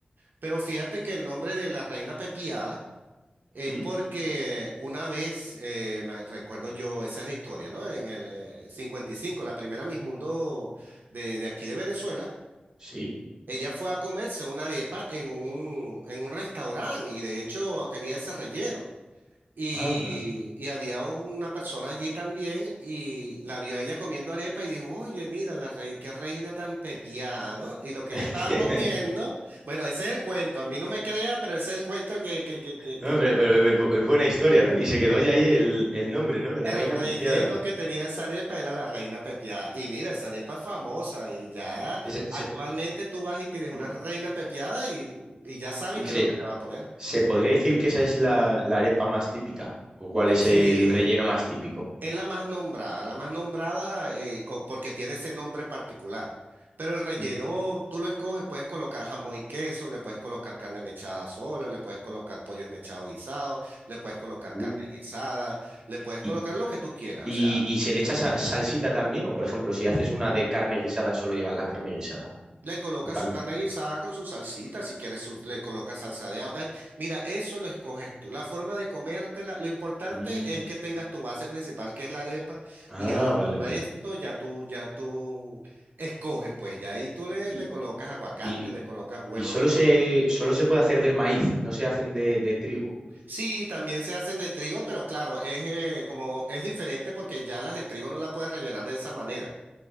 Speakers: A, on the right; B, on the right.
A: Pero fíjate que el nombre de la reina pepiada es
B: ¿Mm?
A: porque una vez, eh, me recuerdo yo, esa es la historia, ¿no? En el eh, 55 la primera Miss Mundo de, de aquí de Venezuela.
B: Sí.
A: Ella fue a comerse una arepa en un, en un restaurante y de hecho tenía ese relleno. Y,
B: Anda.
A: y había una persona allí también y la vio a ella comiendo arepa y dijo, oye, mira, la re- qué reina tan pepiada, ¿no? Y lo que
B: <laughs>
A: ella estaba comiendo, bueno, ese es el cuento, a mí no me crea, pero ese es el cuento que, que, que, que, que
B: No, pero, pero es bu- es buena historia, ¿no? Y se quedó ya ahí el, el nombre, ¿no? De la
A: el
B: reina
A: relleno
B: pipiada.
A: que tenía esa arepa era la reina pepiada. Y mira, esa arepa es famosa y ya
B: Ese- se-
A: actualmente tú vas y pides una
B: ¿Mm?
A: reina pepiada y, y ya saben
B: Sí,
A: qué
B: sí.
A: es lo que le van a poner.
B: ¿Se podría decir que esa es la, la arepa más típica? ¿O cuál es
A: Sí,
B: el relleno más típico?
A: es la más nombrada, la más nombrada eh, co- porque tiene ese nombre particular. Pero el relleno
B: Mm.
A: tú lo escoges, puedes colocar jamón y queso, le puedes colocar carne mechada sola, le puedes colocar pollo esmechado guisado, le puedes colocar
B: Uh.
A: carne guisada, le puedes
B: ¿Y,
A: colocar lo que tú quieras.
B: y-
A: O sea,
B: y se le echa sa- salsita también? ¿O por ejemplo, si haces una de carne guisada, solo lleva la carne guisada?
A: Le coloca
B: ¿O también?
A: su carne guisada con su salsita, si quieres su- le coloca salsa de agua. mira, eso lo escoges tú. La forma de comértela, lo importante
B: Mm.
A: es que tengas tu base principal, que es la arepa,
B: Ah,
A: y el
B: vale, vale.
A: resto ya tú, ya tú escoges, pues ya ahí tú le,
B: Y,
A: le colocas aguacate,
B: y-
A: le colocas huevos
B: y solo
A: de color.
B: se, solo se puede hacer de maíz, no se hacen de, de trigo.
A: Sí, también se hacen de trigo, pero claro, es eh, como es diferente porque ya las de trigo no las puedes rellenar de esa manera.